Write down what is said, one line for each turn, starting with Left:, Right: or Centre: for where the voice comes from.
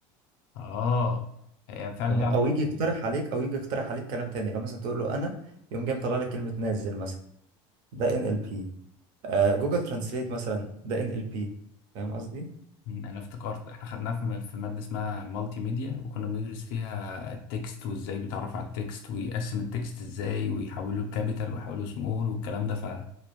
Left: اه هي فعلا
Right: تمام؟
Left: ليها علاقة
Right: او يجي يقترح
Left: بال-
Right: عليك او يجي يقترح عليك كلام تاني لو مثلا تقول له انا يقوم جاي مطلع لك كلمه نازل مثلا ده ان ال بي جوجل ترانسليت مثلا ده ان ال بي فاهم قصدي
Left: مم، انا افتكرت احنا خدناها في م- في ماده اسمها مالتي ميديا وكنا بندرس فيها التكست وازاي بيتعرف على التكست ويقسم التكست ازاي ويحوله لكابيتال ويحوله سمول والكلام ده ف...